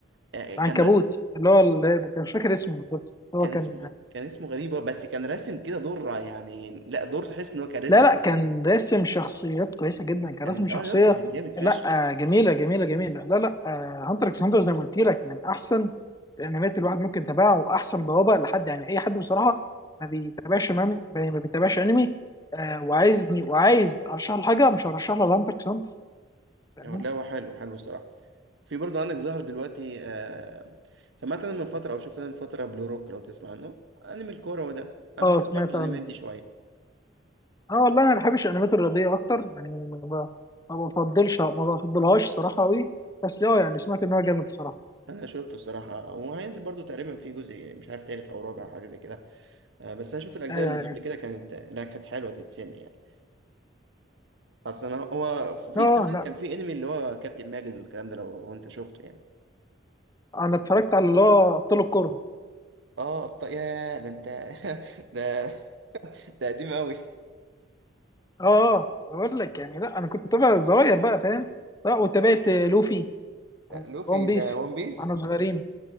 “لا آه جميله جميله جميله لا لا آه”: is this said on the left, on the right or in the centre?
Left